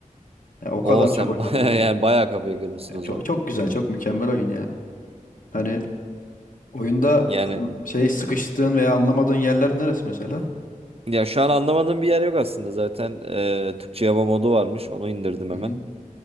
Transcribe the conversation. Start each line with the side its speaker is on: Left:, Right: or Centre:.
Left: Ya o kadar
Right: O
Left: çok
Right: sen
Left: oynadım
Right: baya
Left: oyunu.
Right: yani baya kafayı kırmışsın
Left: Ya
Right: o
Left: Çok
Right: zaman.
Left: çok güzel, çok mükemmel oyun ya. Hani oyunda
Right: Yani
Left: an- şey sıkıştığın veya anlamadığın yerler neresi mesela?
Right: Ya şu an anlamadığım bir yer yok aslında zaten e, Türkçe yama modu varmış onu indirdim
Left: Hı
Right: hemen.
Left: hı.